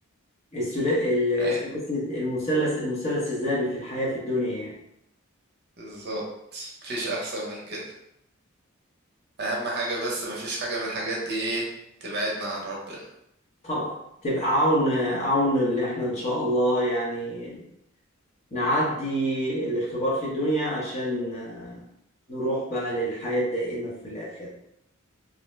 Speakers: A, on the left; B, on the right.
A: السلا... ال- الثلاثي-
B: ايوه
A: المثلث المثلث الذهبي في الحياة في الدنيا يعني
B: بالظبط مفيش احسن من كده اهم حاجة بس مفيش حاجة من الحاجات دي ايه تبعدنا عن ربنا
A: طبعا تبقى عون عون اللي احنا ان شاء الله يعني نعدي الاختبار في الدنيا عشان آه، نروح بقى للحياة الدائمة في الآخرة